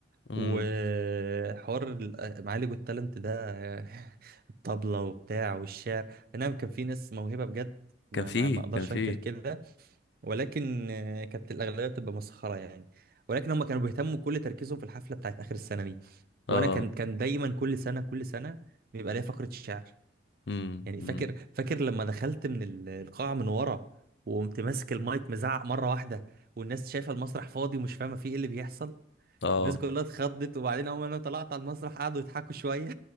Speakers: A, on the left; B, on the right.
A: امم
B: وحوار ال- معالج التالنت ده <laughs> الطبلة وبتاع والشعر نعم كان في ناس موهبة بجد ما
A: كان فيه
B: ما- ما اقدرش
A: كان فيه
B: انكر كده ولكن آه، كانت الاغلبيه بتبقى مسخره يعني ولكن هم كانوا بيهتموا كل تركيزهم في الحفله بتاعت اخر السنه دي
A: اه
B: وانا كان كان دايما كل سنه كل سنه بيبقى ليا فقره الشعر
A: امم
B: يعني
A: امم
B: فاكر فاكر لما دخلت من ال- القاعة من ورا وقمت ماسك المايك مزعق مرة واحدة والناس شايفة المسرح فاضي ومش فاهمة فيه ايه اللي بيحصل
A: اه
B: الناس كلها اتخضت وبعدين اول ما انا طلعت على المسرح قعدوا يضحكوا شوية